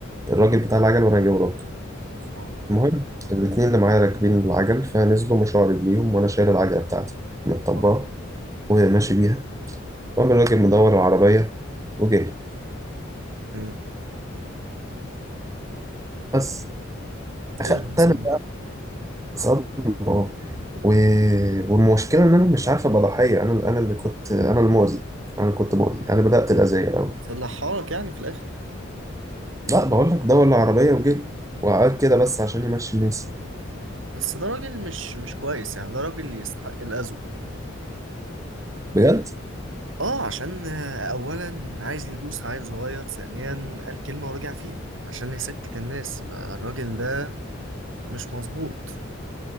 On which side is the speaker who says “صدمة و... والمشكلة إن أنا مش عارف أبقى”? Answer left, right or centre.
Right